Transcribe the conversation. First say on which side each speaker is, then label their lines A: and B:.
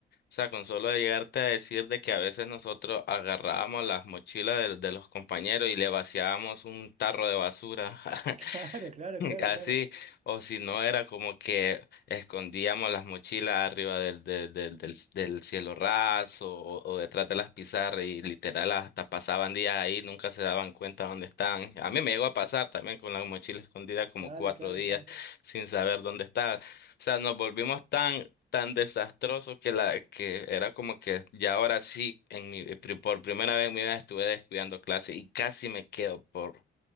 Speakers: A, on the left (about 55°); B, on the right (about 35°).
A: O sea, con solo de llegarte a decir de que a veces nosotros agarrábamos las mochilas de, de los compañeros y le vaciábamos un tarro de basura. <laughs>
B: Claro, claro,
A: <laughs>
B: claro,
A: Así,
B: claro.
A: o si no, era como que escondíamos las mochilas arriba del, del, del, del- del cielo raso o, o detrás de las pizarras y literal hasta pasaban días ahí, nunca se daban cuenta dónde estaban. A mí me llegó a pasar también con la mochila escondida como
B: Claro,
A: cuatro
B: claro,
A: días
B: claro.
A: sin saber dónde estaba. O sea, nos volvimos tan, tan desastrosos que, la, que era como que ya ahora sí, en mi, pri- por primera vez en mi vida estuve descuidando clase y casi me quedo por,